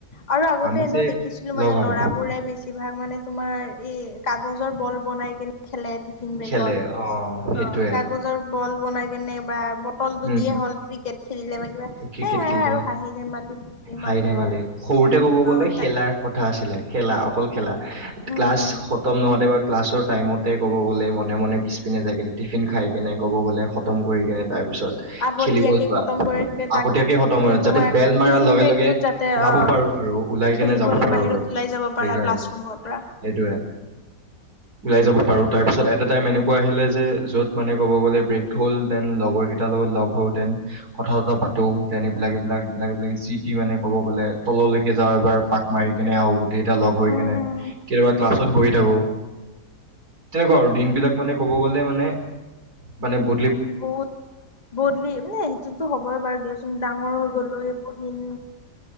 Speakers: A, on the left (about 25°); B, on the right (about 65°).
A: আৰু আগতে
B: আমি যে
A: ন দেখিছিলো
B: লগ
A: মানে
B: হ'ম,
A: লৰাবোৰে বেছিভাগ মানে তোমাৰ এই কাগজৰ বল বনাই কেনে খেলে টিফিন বেগত
B: খেলে সেইটোৱে।
A: অ কাগজৰ বল বনাই কেনে বা বটল টো
B: উম,
A: দিয়ে হ'ল ক্ৰিকেট খেলিলে বা কিবা
B: ক্ৰিকেট
A: সেয়াই
B: খেলিল
A: আৰু হাঁহি ধেমালি ফূৰ্তিৰ
B: হাঁহি
A: মাজেৰে
B: ধেমালি
A: আৰু
B: সৰুতে ক'ব
A: অ
B: গ'লে খেলাৰ
A: তাকে
B: কথা আছিলে খেলা অকল খেলা
A: উম
B: ক্লাছ
A: উম
B: খতম নহওঁতে বা ক্লাছৰ টাইমতে ক'ব গ'লে মনে মনে পিছপিনে যায় কিনে টিফিন খাইকিনে ক'ব গ'লে খতম
A: উম
B: কৰি কেনে তাৰ পিছত
A: আগতীয়াকে
B: খেলিব যোৱা
A: খতম কৰি
B: আগতীয়াকে
A: তাকি
B: খতম
A: মানে
B: হৈ
A: তোমাৰ
B: যাতে বেল মাৰাৰ
A: টিফিন
B: লগে
A: ব্ৰেকটোত
B: লগে
A: যাতে
B: যাব
A: অ
B: পাৰো আৰু ওলাই
A: খেলিবলৈ
B: কেনে যাব পাৰো
A: বাহিৰত
B: আৰু
A: ওলাই যাব পাৰা
B: সেইকাৰণে
A: ক্লাছৰুমৰ পৰা
B: সেইটোয়ে ওলাই যাব পাৰো তাৰপিছত এটা টাইম এনেকোৱা আহিলে যে য'ত মানে ক'ব গ'লে ব্ৰেক হ'ল দেন লগৰ কেইটাৰ লগত লগ হওঁতে দেন কথা বতা পাতো যেন এইবিলাক এইবিলাক এইবিলাক এইবিলাক যিটি মানে ক'ব গ'লে তললৈকে যাওঁ এবাৰ পাক মাৰি কেনে আহো গ এটা লগ হৈ
A: উম
B: কেনে
A: হুম
B: কেতিয়াবা ক্লাছত বহি থাকো তেনেকোৱা আৰু দিন বিলাক মানে কব' গলে মানে মানে ব
A: বহুত বদলি মানে সেইটোতো হ'বই বাৰু দিয়াচোন ডাঙৰ হৈ গ'লো বহুদিন